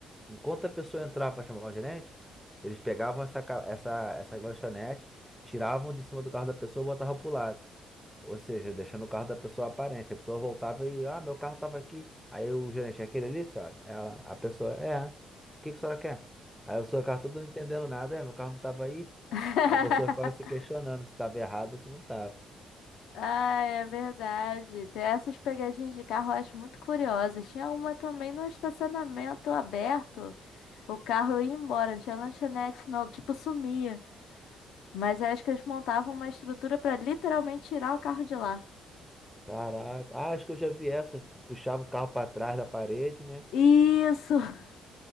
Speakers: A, in the centre; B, on the left (about 80°).
A: Enquanto a pessoa entrava para chamar o gerente, eles pegavam essa, ca- essa, essa lanchonete, tiravam de cima do carro da pessoa e botavam pro lado. Ou seja, deixando o carro da pessoa aparente. A pessoa voltava e, ah, meu carro tava aqui. Aí o gerente, é aquele ali, senhora? Ela, a pessoa, é. O que que a senhora quer? Aí o senhor carro todo não entendendo nada, é, meu carro não tava aí.
B: <laughs>
A: A pessoa ficava se questionando se estava errado ou se não estava.
B: Ai, é verdade. Tem Essas pegadinhas de carro eu acho muito curiosas. Tinha uma também no estacionamento aberto. O carro ia embora, não tinha lanchonete, não, tipo, sumia. Mas acho que eles montavam uma estrutura pra literalmente tirar o carro de lá.
A: Caraca. Ah, acho que eu já vi essa. Puxava o carro pra trás da parede, né?
B: Isso! <laughs>